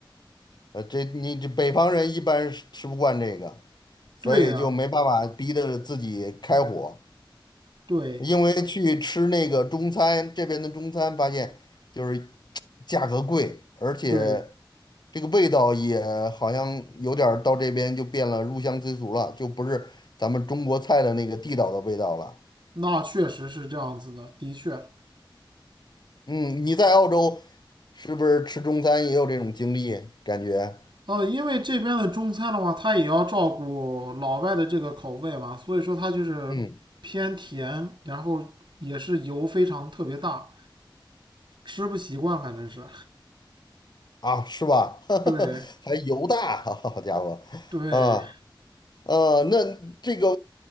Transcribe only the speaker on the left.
呃，这你这北方人一般是吃不惯这个，所以就没办法逼着自己开火。
因为去吃那个中餐，这边的中餐发现就是价格贵，而且
这个味道也好像有点儿到这边就变了入乡随俗了，就不是咱们中国菜的那个地道的味道了。
嗯，你在澳洲是不是吃中餐也有这种经历？感觉，
嗯，
啊，是吧？<laughs>
还油大，<laughs> 好家伙，
啊，呃，那这个